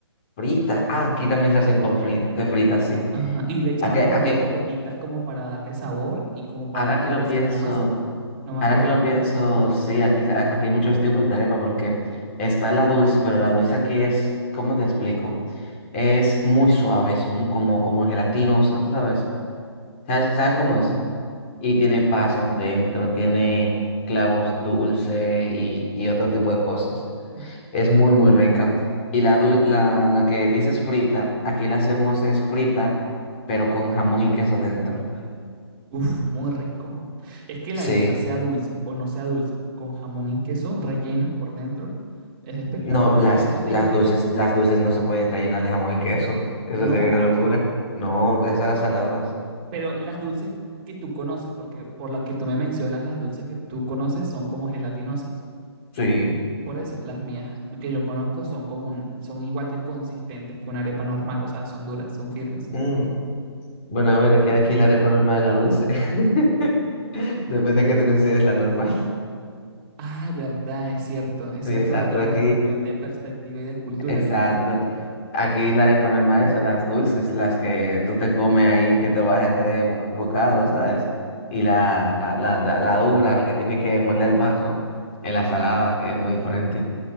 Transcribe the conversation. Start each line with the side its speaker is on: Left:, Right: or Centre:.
Left: frita Ah, aquí también se hacen con frit- que fritas, sí.
Right: Ajá, Y le echaba
Left: ¿A qué,
Right: como
Left: a qué?
Right: unas pepitas como para darle sabor y como para
Left: Ahora
Right: oscurecer
Left: que lo pienso,
Right: la masa. No me
Left: ahora
Right: acuerdo
Left: que lo
Right: cuáles
Left: pienso,
Right: eran esas pepitas.
Left: sí, aquí, a- aquí hay muchos tipos de arepa porque está la dulce, pero la dulce aquí es, ¿cómo te explico? Es muy suave, es como, como gelatinosa, ¿sabes? ¿Sabes, sabes
Right: Oh,
Left: cómo es? Y tiene pasas dentro, tiene clavos dulce y, y otro tipo de cosas.
Right: mm,
Left: Es muy, muy rica. Y la, dul- la, la que dices frita, aquí la hacemos es frita, pero con jamón y queso dentro.
Right: uf, muy rico. Es que
Left: Sí.
Right: la arepa, sea dulce o no sea dulce, con jamón y queso rellena por dentro, es espectacular.
Left: No, las,
Right: Por eso te
Left: las
Right: digo que
Left: dulces, las dulces no se pueden rellenar de jamón y queso. Eso
Right: no,
Left: sería una locura. No, esas las saladas.
Right: pero las dulces que tú conoces, porque por las que tú me mencionas, las dulces que tú conoces son como gelatinosas.
Left: Sí.
Right: Por eso, las mías que yo conozco son como un- son igual de consistentes que una arepa normal, o sea, son duras, son firmes.
Left: Mm, Bueno, a ver, queda aquí la arepa normal de la dulce. <laughs> Depende de qué te consideres la normal.
Right: Ah, verdad, es cierto, es
Left: Sí,
Right: cierto
Left: exacto,
Right: porque es una
Left: aquí,
Right: cuestión de perspectiva y de cultura,
Left: exacto.
Right: es cierto.
Left: Aquí la arepa normal son las dulces, las que tú te comes ahí, que te bajes tres bo- bocados, ¿sabes? Y la, la, la, la, la dura, la que tiene que morder el paso, en la salada, que es muy diferente.